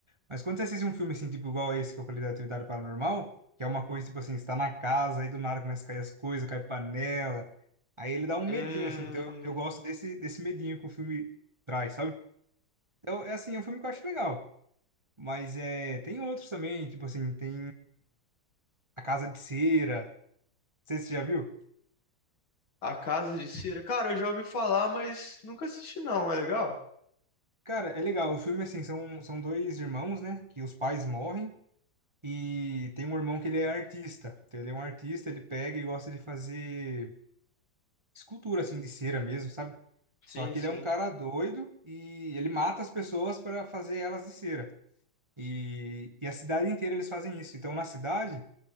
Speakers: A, on the right; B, on the left.
A: Mas quando você assiste um filme, assim, tipo, igual esse que eu falei da Atividade Paranormal, que é uma coisa, tipo assim, você tá na casa, aí do nada começa a cair as coisas, cai panela. Aí ele dá um
B: Hum,
A: medinho, assim. Então eu gosto desse, desse medinho que o filme traz, sabe? Então, é assim, é um filme que eu acho legal. Mas é, tem outros também, tipo assim, tem A Casa de Cera. Não sei se você já viu.
B: A Casa de Cera. Cara, eu já ouvi falar, mas nunca assisti não. É legal?
A: Cara, é legal. O filme, assim, são, são dois irmãos, né? Que os pais morrem. E tem um irmão que ele é artista. Então, ele é um artista, ele pega e gosta de fazer escultura, assim, de cera mesmo, sabe? Só
B: Sim,
A: que
B: sim.
A: ele é um cara doido e ele mata as pessoas para fazer elas de cera. E, e a cidade inteira eles fazem isso. Então, na cidade.